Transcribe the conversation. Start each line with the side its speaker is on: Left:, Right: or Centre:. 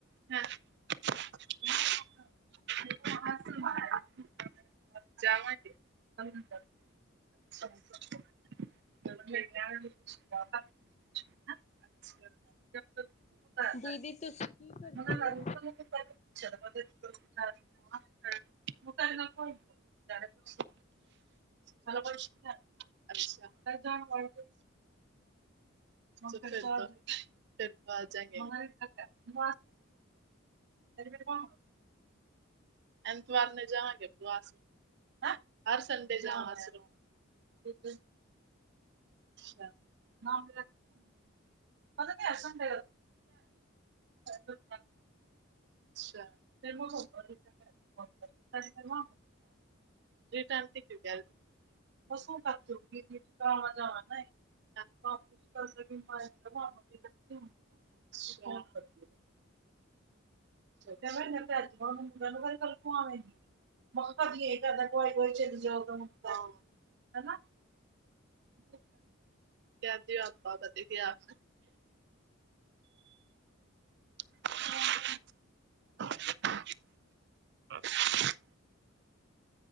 Right: <unintelligible> ਜਾਵਾਂਗੇ <unintelligible> <unintelligible> <unintelligible>
Left: ਦੀਦੀ
Right: <unintelligible>
Left: ਤੁਸੀਂ ਕੀ ਕਰਦੇ ਹੋ?
Right: <unintelligible> <unintelligible> ਅੱਛਾ <unintelligible> <unintelligible> ਫੇਰ ਆ ਜਾਏਗੇ। <unintelligible> <unintelligible> ਐਂਤਵਾਰ ਨੇ ਜਾਂਹਾਂ ਕੀਤੀਆਂ ਸੀ। ਹੈਂ! ਹਰ ਸੰਡੇ ਜਾਨਾ ਸਿਰਫ। ਬਿਲਕੁਲ। ਅੱਛਾ, ਨਾਮ <unintelligible> ਪੈਲੇ ਤਾਂ ਹਰ ਸੰਡੇ <unintelligible> ਅੱਛਾ ਫੇਰ ਮੈਂ ਹੋਮ ਵਰਕ <unintelligible> ਕੀ ਕਰਦੀ ਪੀ <unintelligible> ਆਵਾ ਜਾਵਾਂ ਮੈਂ। <unintelligible> ਕੈਂਦੈ ਮੈਂ ਕਰਦੀ ਆਂ ਓਨੂੰ <unintelligible> <unintelligible> ਹੈਨਾ। ਮਤਲਬ ਦੇ ਅਧਿਆਪਕ ਕਦੀ ਤੇ ਆਸ <unintelligible> <unintelligible>